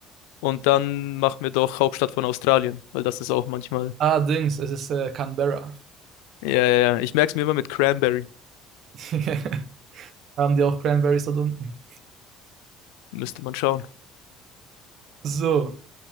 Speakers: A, on the left (about 75°); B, on the right (about 55°).
A: und dann machen wir doch Hauptstadt von Australien, weil das ist auch manchmal.
B: Allerdings, es ist äh, Canberra.
A: Ja, ja, ja. Ich merke es mir immer mit Cranberry.
B: <laughs> Haben die auch Cranberries dort unten?
A: Müsste man schauen.
B: So,